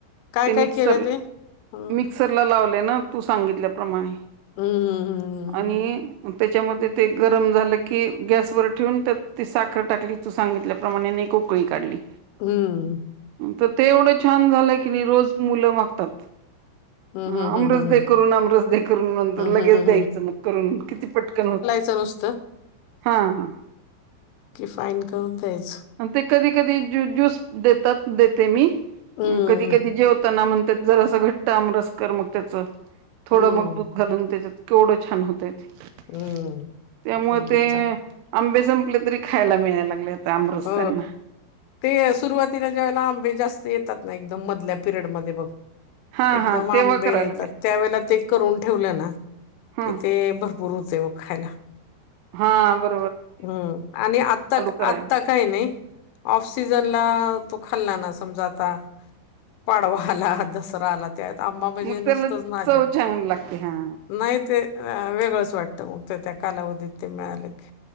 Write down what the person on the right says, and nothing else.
ते मिक्सर
मिक्सरला लावले तू सांगितल्याप्रमाणे
आणि त्याच्यामध्ये ते गरम झालं की गॅसवर ठेवून त्या ती साखर टाकली तू सांगितल्याप्रमाणे उकळी काढली.
तर ते एवढं छान झालंय की नाही रोज मुलं मागतात.
ह
आमरसद
करून आमरसद करून नंतर
लगेच
द्यायचं मग करून किती पटकन होत.
हा हा
ते कधी कधी ज्यूस देतात देते मी
कधी कधी जेवताना म्हण त जर अस घट्ट आमरसकर मग त्याच थोड
मग दूध घालून त्याच्यात केवढं छान होतय त्यामुळे
ते
आंबेस कुठ तरी खायला मिळायला लागले आमरस
त्यांना
हा
हा तेव्हा
करायला
पाहिजे
हं
हा ब
करायला
मग
त्याला
चव छान लागते हा